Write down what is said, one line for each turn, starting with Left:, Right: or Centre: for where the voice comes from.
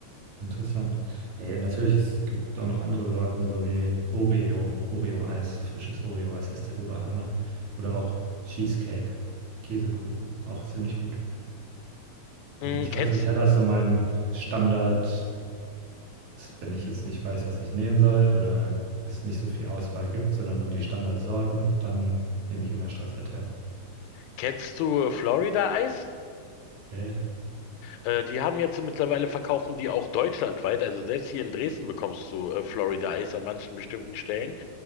Right: Interessant. Nee, natürlich, es gibt auch noch andere Sorten, so wie Oreo, Oreo-Eis, frisches Oreo-Eis ist der Oberhammer. Oder auch Cheesecake, Käsekuchen, auch ziemlich gut.
Left: Mm,
Right: Also Stracciatella
Left: kennst,
Right: ist so mein Standard-Eis, wenn ich jetzt nicht weiß, was ich nehmen soll oder es nicht so viel Auswahl gibt, sondern nur die Standardsorten, dann nehme ich immer Stracciatella.
Left: kennst du Florida-Eis?
Right: Nee,
Left: Äh, die haben jetzt mittlerweile verkaufen die auch deutschlandweit. Also selbst hier in Dresden bekommst du äh, Florida Eis an manchen bestimmten Stellen.